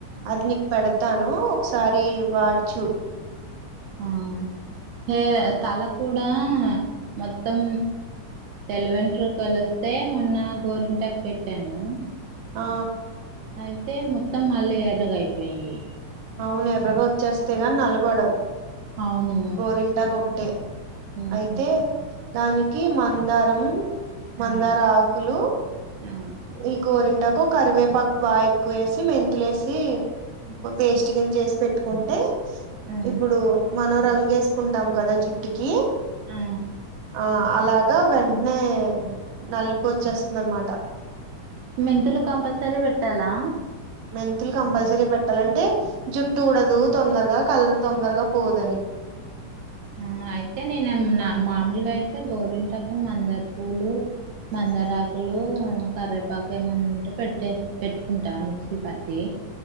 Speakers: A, on the right (about 70°); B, on the right (about 85°).
A: అది నీకు పెడతాను ఒకసారి వాడుచూడు
B: ఆ హే తల కూడా ఆ మొత్తం తెల్లవెంట్రుకలు వస్తే మొన్న గోరింట పెట్టాను
A: ఆ
B: అయితే మొత్తం మళ్ళీ ఎర్రగా అయిపోయింది.
A: అవును ఎర్రగా వచ్చేస్తేగాని నల్లబడవు.
B: అవును
A: గోరింటాకు ఒకటే
B: ఉహు
A: అయితే దానికి మందారం, మందార
B: ఆ
A: ఆకులు
B: ఆ
A: ఈ గోరింటాకు కరివేపాకు బాగా ఎక్కువ వేసి మెంతులేసి పేస్ట్ కింద చేసి పెట్టుకుంటే
B: ఆ
A: ఇప్పుడు మనం రంగేసుకుంటాం కదా జుట్టుకి
B: ఆ
A: ఆ అలాగా వెంటనే నలిపి వచ్చేస్తుంది అనమాట.
B: మెంతులు కంపల్సరీ పెట్టాలా?
A: మెంతులు కంపల్సరీ పెట్టాలంటే జుట్టు ఊడదు తొందరగా కలర్ తొందరగా పోదని <inaudible>
B: ఆ అయితే నేనే నా మామూలుగా అయితే గోరింటాకు, మందారపూలు మందారాకులు కర్రేపాకు ఏమన్నాంటే పెట్టే పెట్టుకుంటా మిక్సీ పట్టి